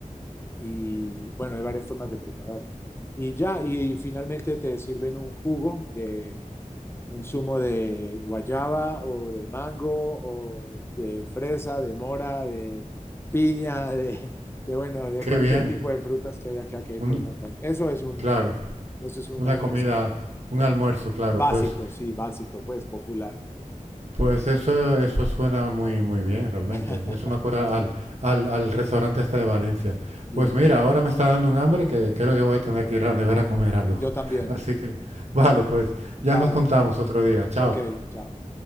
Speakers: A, on the left (about 20°); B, on the right (about 55°).
A: y bueno, hay varias formas de prepararlo. Y ya, y finalmente te sirven un jugo de un zumo de guayaba o de mango o de fresa, de mora, de piña, de, de bueno, de
B: Qué
A: cualquier
B: bien.
A: tipo de frutas que haya que aquí hay
B: Un,
A: por montón. Eso es un,
B: claro,
A: eso es un
B: una
A: almuerzo.
B: comida, un almuerzo, claro.
A: Básico,
B: Pues
A: sí, básico, pues popular.
B: Pues eso, eso suena muy, muy bien, realmente.
A: <laughs>
B: Eso me acuerda al, al, al restaurante este de Valencia.
A: Bien,
B: Pues mira, ahora me está dando un hambre que creo que voy a tener que ir a la nevera a comer algo.
A: yo también.
B: <laughs> Así que, vale, pues ya
A: Chao.
B: nos contamos otro día. Chao.
A: Ok, chao.